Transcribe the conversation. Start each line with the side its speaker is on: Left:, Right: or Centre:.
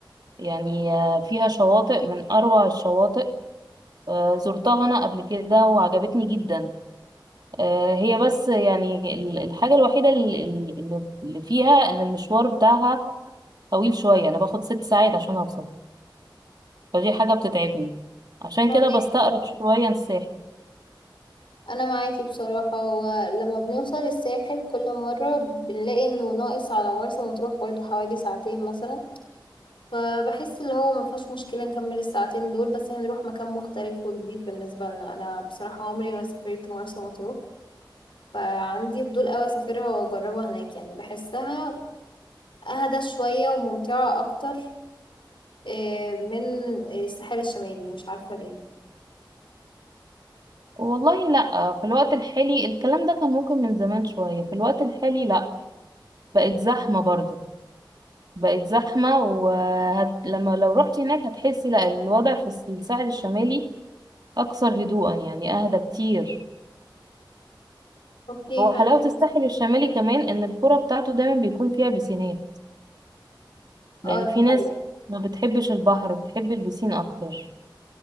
Right: يعني آه، فيها شواطئ من اروع الشواطئ آه، زرتها انا قبل كده وعجبتني جدا آه، هي بس يعني ال- الحاجه الوحيده اللي اللي- اللي فيها ان المشوار بتاعها طويل شويه انا باخد ست ساعات عشان اوصل فدي حاجة بتتعبني عشان
Left: طب
Right: كده
Left: ايه
Right: بستقرب شوية الساحل
Left: انا معاكي بصراحة هو لما بنوصل الساحل كل مرة بنلاقي انه ناقص على مرسى مطروح برضو حوالي ساعتين مثلا فبحس اللي هو مفيهاش مشكلة نكمل الساعتين دول بس هنروح مكان مختلف وجديد بالنسبة لنا انا بصراحة عمري ما سافرت مرسى مطروح فعندي فضول قوي اسافرها واجربها هناك يعني بحسها اهدى شوية وممتعة اكتر آه، من الساحل الشمالي مش عارفة ليه
Right: والله لأ في الوقت الحالي الكلام ده كان ممكن من زمان شوية في الوقت الحالي لأ بقت زحمة برضه بقت زحمة وهت... لما لو رحت هناك هتحسي لأ الوضع في الس- الساحل الشمالي أكثر هدوءا يعني أهدى كتير
Left: اوكي
Right: هو
Left: فاهمك
Right: حلاوة الساحل الشمالي كمان إن القرى بتاعته دايما بيكون فيها بسينات
Left: اه
Right: لأن
Left: دي
Right: في ناس
Left: حقيقة
Right: ما بتحبش البحر بتحب البسين أكتر